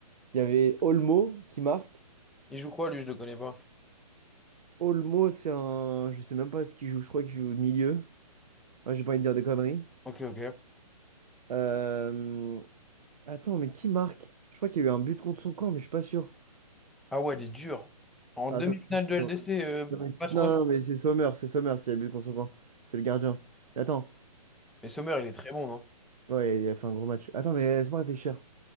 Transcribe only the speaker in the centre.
Il joue quoi, lui? Je le connais pas.
Ok, ok.
Ah ouais, elle est dure. En
demi-finale
de LDC,
euh,
match
retour.
Mais Sommer, il est très bon, non?